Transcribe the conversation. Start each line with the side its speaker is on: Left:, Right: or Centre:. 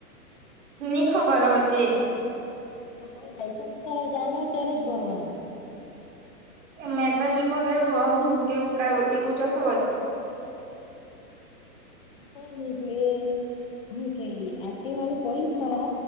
Right: ની ખબર હવે તે.
Left: કે ભાઈ લાઇસન્સ કઢાવા જાવાના હોય ત્યારે જ ભરવાનું.
Right: એ મે તો ની ભરેલું હવે હું કેવું કાય એવુજ હોય વરી.
Left: કહી નિકળે હું કે આદિવાળું પહી દરા